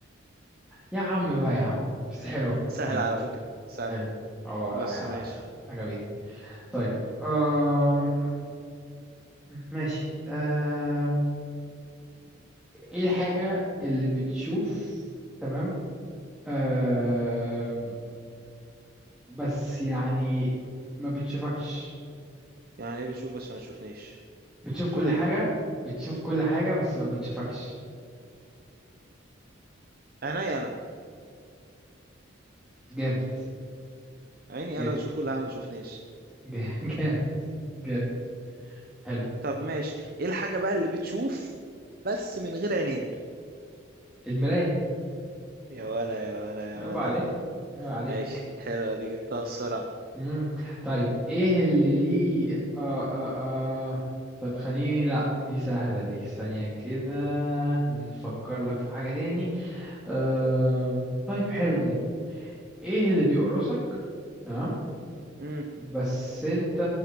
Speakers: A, in the centre; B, on the right.
A: يا عم بقى يا عم بس حلو
B: سهلة
A: حلو
B: على فكرة سهلة
A: حلو اه
B: بس
A: ح-
B: ماشي
A: عجبتني طيب آه... ماشي آه... ايه الحاجة اللي بتشوف تمام آه... بس يعني ما بتشوفكش
B: يعني ايه بتشوف بس ما تشوفنيش
A: بتشوف
B: بتقول
A: كل
B: ايه
A: حاجة بتشوف كل حاجة بس ما بتشوفكش
B: عيني انا
A: جامد
B: عيني
A: جامد
B: انا بشوف كل حاجه ما تشوفنيش
A: جامد <laughs> جامد جامد حلو
B: طب ماشي ايه الحاجه بقى اللي بتشوف بس من غير عينين
A: المراية
B: يا ولا يا ولا يا
A: عيب
B: ولا
A: عليك
B: يا ولا
A: عيب عليك
B: ماشي حلوه دي جبتها بسرعه
A: مم. طيب ايه اللي ليه آه آه آه. طب خليني لا دي سهلة دي ثانية كده نفكر لك في حاجة تاني آه... طيب حلوة دي ايه اللي بيقرصك تمام
B: امم
A: بس انت